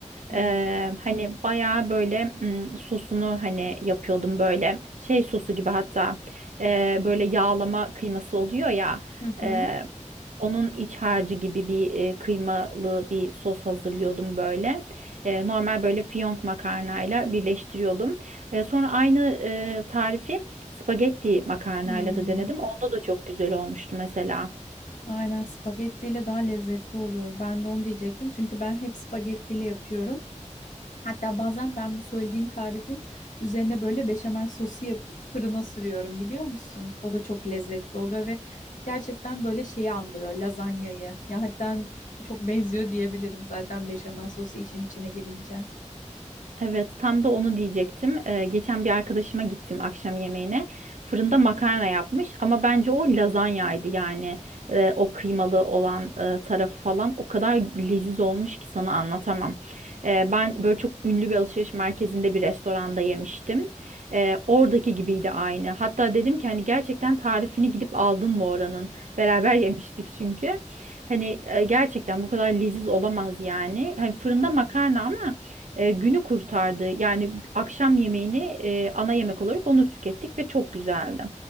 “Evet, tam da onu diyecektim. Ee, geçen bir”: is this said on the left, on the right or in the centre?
Right